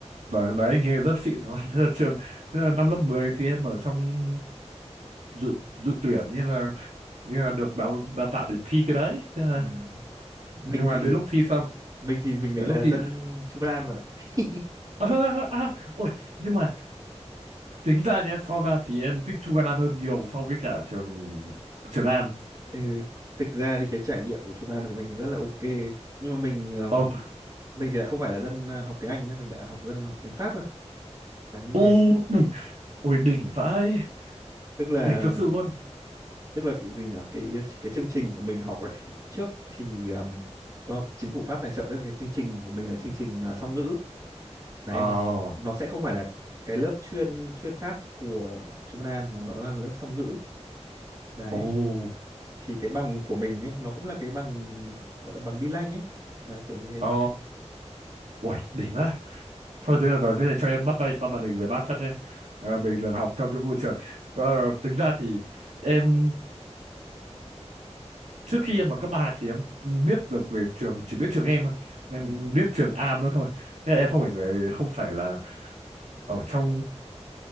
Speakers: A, on the right; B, on the right.
A: đấy, đấy nghe rất xịn đúng không? <laughs> thế là trường thế là năm lớp 10 thì em ở trong dự dự tuyển nghĩa là nghĩa là được đào đào tạo để thi cái đấy thế là,
B: ừ mình
A: nhưng mà
B: thì
A: đến lúc thi xong
B: mình thì mình
A: đến
B: lại là
A: lúc thi
B: dân
A: <laughs>
B: Chu Văn An bạn ạ <laughs>
A: à, à, à, à, ôi nhưng mà tính ra nhé so ra thì em thích Chu Văn An hơn nhiều so với cả trường Trường An
B: ừ thực ra thì cái trải nghiệm của Chu Văn An của mình rất là ok nhưng mà mình ừm,
A: Ồ,
B: mình thì lại không phải là dân ờ, học tiếng Anh nhé mình lại học dân học tiếng Pháp cơ đấy như
A: ô
B: thế
A: đỉnh ôi đỉnh vãi
B: tức là
A: đỉnh thật
B: ừm,
A: sự luôn
B: tức là cái gì nhỉ cái cái chương trình của mình học ấy trước thì ừm, do chính phủ Pháp tài trợ cho cái chương trình của mình là chương trình ờ, song ngữ đấy
A: à
B: nó s- nó sẽ không phải là cái lớp chuyên chuyên pháp của Trung Văn An mà nó là lớp song ngữ đấy
A: ồ
B: thì cái bằng của mình ấy nó cũng là cái bằng gọi là bằng bi lanh ấy đấy kiểu như thế
A: ồ ôi đỉnh quá thôi thế là thế này cho em bắt tay qua màn hình về bác phát nhé à, mình được học trong những môi trường Ờ, tính ra thì em trước khi em ở cấp 3 thì em biết được về trường chỉ biết trường em thôi em
B: <laughs> ừ.
A: biết trường Am đó thôi Thế là em không phải người- không phải là ở trong